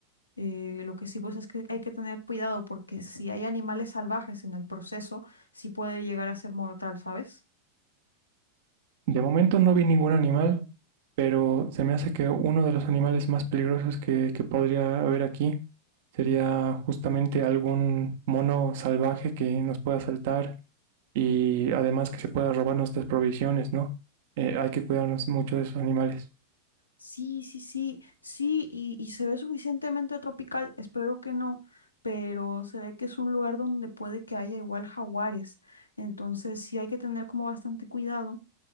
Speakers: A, on the left (about 80°); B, on the right (about 50°).
A: Eh, lo que sí pues es que hay que tener cuidado porque si hay animales salvajes en el proceso, sí puede llegar a ser mortal, ¿sabes?
B: De momento no vi ningún animal, pero se me hace que uno de los animales más peligrosos que, que podría haber aquí sería justamente algún mono salvaje que nos pueda saltar y además que se pueda robar nuestras provisiones, ¿no? Eh, hay que cuidarnos mucho de esos animales.
A: Sí, sí, sí, sí, y, y se ve suficientemente tropical, espero que no, pero se ve que es un lugar donde puede que haya igual jaguares, entonces sí hay que tener como bastante cuidado